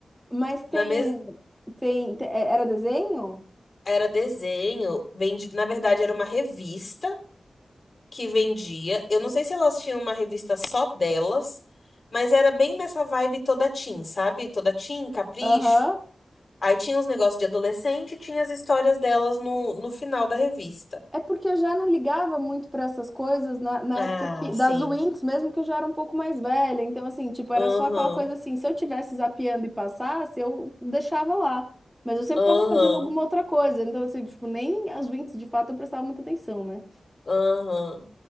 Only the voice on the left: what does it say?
Na mes...
Era desenho, vendi... na verdade era uma revista que vendia. Eu não sei se elas tinham uma revista só delas, mas era bem nessa vibe toda teen, sabe? Toda teen, capricho.
Aí tinha os negócios de adolescente e tinha as histórias delas no, no final da revista.
Ah,
sim.
Aham,
aham,
aham.